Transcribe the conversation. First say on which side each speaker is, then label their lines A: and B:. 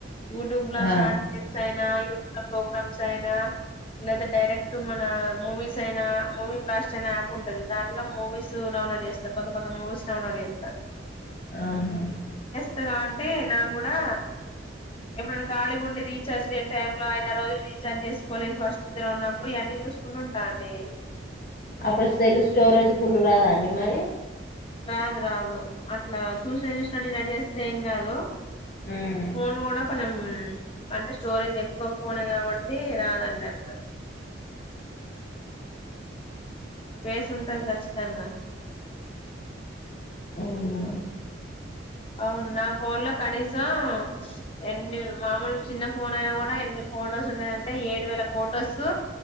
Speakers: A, on the left; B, on the left.
A: యూట్యూబ్ లో
B: ఆ!
A: శార్ట్ క్లిప్స్ ఐనా యూట్యూబ్ లో ప్రోగ్రామ్స్ అయినా లేదా డైరెక్ట్ మన మూవీస్ అయినా మూవీ బ్లాష్టయిన యాప్ ఉంటది దాంట్లో మూవీస్ డౌన్లోడ్ చేస్తారు కొంత కొత్త మూవీస్ డౌన్లోడ్ చేత్త
B: ఆహా
A: కొత్త కాబట్టి అంటే నాకు కూడా ఇప్పుడు ఖాళీగా ఉండి రీచార్జ్ లేని టైం లో అయిన రోజులు రీచార్జ్ చేసుకోలేని పరిస్థితిలో ఉన్నప్పుడు ఇవన్నీ చూసుకుంటూ ఉంటా అండి
B: అప్పుడు సెల్ స్టోరేజ్ ఫుల్ రాదా అండి మరి
A: రాదు రాదు అట్లా చూసినవి చూసినట్టు డిలేట్ చేస్తే ఏం కాదు
B: హ్మ్.
A: ఫోన్ కూడా కొంచెం అంటే స్టోరేజేక్కువ ఫోనే కాబట్టి రాదన్నట్టు స్పేస్సుంటది ఖచ్చితంగా
B: ఔనా
A: ఔన్ నా ఫోన్ల కనీస్ ఆ ఎన్ని మామూల్ చిన్న ఫోన్ ఐనగుడా ఎన్ని ఫొటోస్ ఉన్నయంటే ఏడు వేల ఫొటోసు